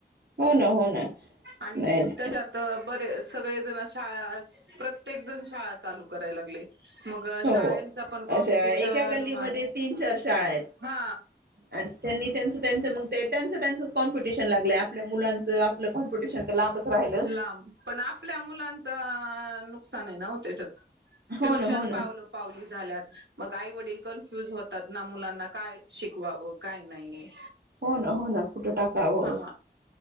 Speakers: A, on the right (about 60°); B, on the right (about 85°).
A: हो ना, हो ना
B: आणि
A: नाही नाही
B: त्याच्यात तर बरे सगळे जण शाळा प्रत्येक जण शाळा चालू करायला लागलय मग
A: हो
B: शाळेच
A: हो
B: पण कॉम्पिटिशन
A: अशा एका गल्लीमध्ये
B: वाढ
A: तीन चार शाळा आहेत
B: हा
A: आणि त्यांनी त्यांच, त्यांच मग ते त्यांचं, त्यांच कॉम्पिटिशन लागलं आपल्या मुलांच आपलं कॉम्पिटिशन तर लांबच राहिलं
B: लांब पण आपल्या मुलांच नुकसान आहे ना हो त्याच्यात
A: हो
B: ट्युशन
A: ना हो ना
B: पावलो पावली झाल्यात मग आई वडील कन्फ्युज होतात ना मुलांना काय शिकवावं काय नाही
A: हो ना, हो ना कुठ टाकावं
B: हा